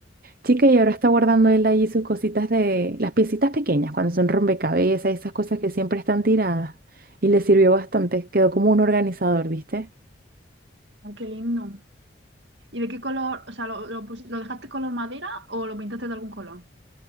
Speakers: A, on the right; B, on the right.
A: Chica, y ahora está guardando él allí sus cositas de, las piecitas pequeñas, cuando son rompecabezas, esas cosas que siempre están tiradas. Y le sirvió bastante, quedó como un organizador, ¿viste?
B: ay, qué lindo. ¿Y de qué color? O sea, ¿lo, lo pus- lo dejaste color madera o lo pintaste de algún color?